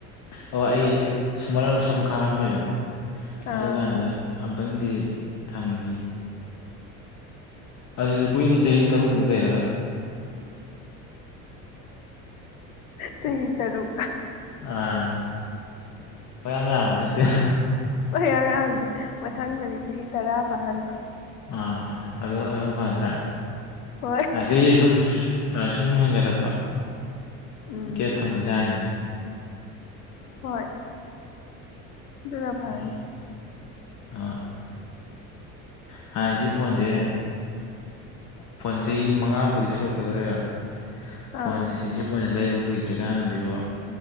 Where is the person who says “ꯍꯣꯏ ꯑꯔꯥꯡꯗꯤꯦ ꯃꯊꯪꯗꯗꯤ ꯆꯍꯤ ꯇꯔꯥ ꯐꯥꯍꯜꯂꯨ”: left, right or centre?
Left